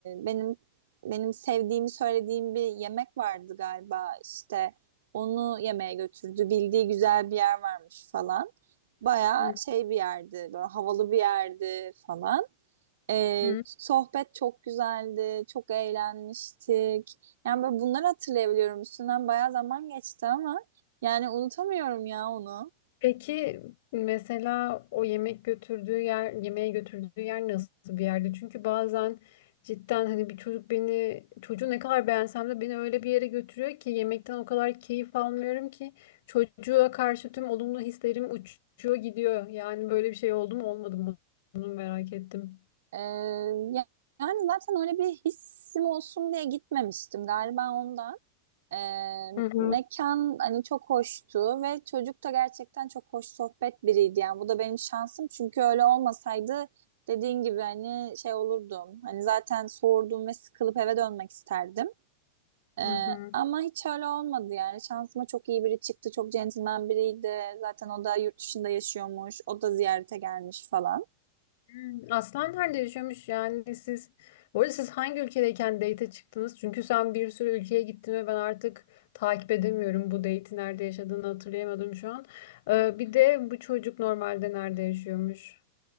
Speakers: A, on the right (about 60°); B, on the left (about 50°).
A: benim benim sevdiğimi söylediğim bir yemek vardı galiba. İşte onu yemeye götürdü. Bildiği güzel bir yer varmış falan. Baya
B: Hı
A: şey bir yerdi, böyle havalı bir yerdi falan. Ee,
B: hı.
A: sohbet çok güzeldi, çok eğlenmiştik. Yani böyle bunları hatırlayabiliyorum. Üstünden bayağı zaman geçti ama yani unutamıyorum ya onu.
B: Peki mesela o yemek götürdüğü yer, yemeğe götürdüğü yer nasıl bir yerdi? Çünkü bazen cidden hani bir çocuk beni, çocuğu ne kadar beğensem de beni öyle bir yere götürüyor ki yemekten o kadar keyif almıyorum ki çocuğa karşı tüm olumlu hislerim uçuyor gidiyor. Yani böyle bir şey oldu mu olmadı mı? Bunu merak ettim.
A: Ee, ya- yani zaten öyle bir hissim olsun diye gitmemiştim galiba ondan. Ee,
B: Hı hı.
A: mekan hani çok hoştu ve çocuk da gerçekten çok hoş sohbet biriydi. Yani bu da benim şansım çünkü öyle olmasaydı dediğin gibi hani şey olurdum. Hani zaten sordum ve sıkılıp eve dönmek isterdim. Ee,
B: Hı hı.
A: ama hiç öyle olmadı yani. Şansıma çok iyi biri çıktı. Çok centilmen biriydi. Zaten o da yurt dışında yaşıyormuş. O da ziyarete gelmiş falan.
B: Hmm, Aslan nerede yaşıyormuş yani siz? Bu arada siz hangi ülkedeyken date'e çıktınız? Çünkü sen bir sürü ülkeye gittin ve ben artık takip edemiyorum. Bu date'i nerede yaşadığını hatırlayamadım şu an. Ee, bir de bu çocuk normalde nerede yaşıyormuş?